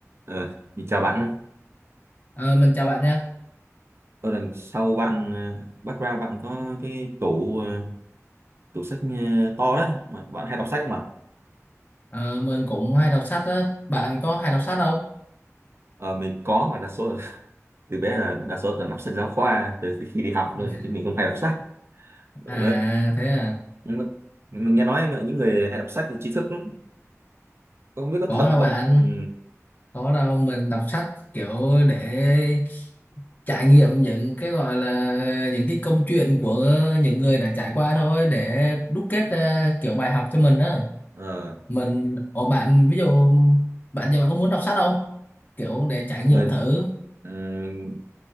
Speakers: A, on the right; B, on the left.
A: Ờ, thì chào bạn.
B: Ờ, mình chào bạn nha.
A: Tôi đằng sau bạn ờ, background bạn có cái tủ ờ, tủ sách ờ, to đấy mà bạn hay đọc sách mà.
B: Ờ, mình cũng hay đọc sách á. Bạn có hay đọc sách không?
A: Ờ, mình có mà đa số là <laughs> từ bé là đa số là đọc sách giáo khoa từ khi đi học thôi,
B: <laughs>
A: chứ mình không hay đọc sách. Ờ,
B: À thế à.
A: nhưng mà- mình nghe nói mà những người hay đọc sách thì tri thức lắm. Không biết có
B: Có
A: thật
B: đâu
A: không?
B: bạn.
A: Ừ.
B: Có đâu mình đọc sách kiểu để trải nghiệm những cái gọi là những cái câu chuyện của những người đã trải qua thôi để đúc kết ra kiểu bài học cho mình á.
A: Ờ,
B: Mình ở bạn ví dụ bạn giờ bạn có muốn đọc sách không? Kiểu để trải nghiệm
A: người
B: thử.
A: ừ,